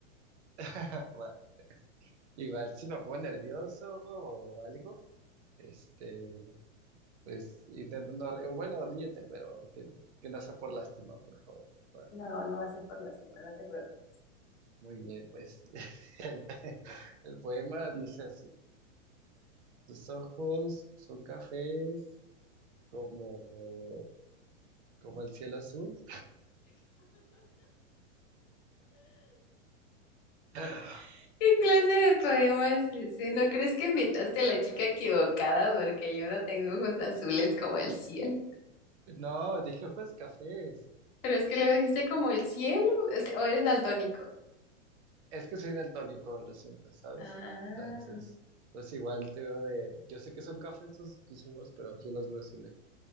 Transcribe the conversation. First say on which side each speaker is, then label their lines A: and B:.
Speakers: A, on the right; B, on the left.
A: <laughs> bueno, igual si me pongo nervioso o algo, este, pues intentando, ri- o bueno, ríete, pero que, que no sea por lástima, por favor. Bueno,
B: No, no va a ser por lástima, no te preocupes.
A: muy bien, pues <laughs> el, el poema dice así, tus ojos son cafés como, como el cielo azul. <laughs>
B: ¿Qué clase de poema es ese? ¿No crees que invitaste a la chica equivocada? Porque yo no tengo ojos azules como el cielo.
A: No, dije ojos cafés.
B: Pero es que le dijiste como el cielo, o sea, o eres daltónico.
A: es que soy daltónico, lo siento, ¿sabes?
B: Ah,
A: Entonces, pues igual te veo de, yo sé que son cafés tus, tus humos, pero yo los veo azules,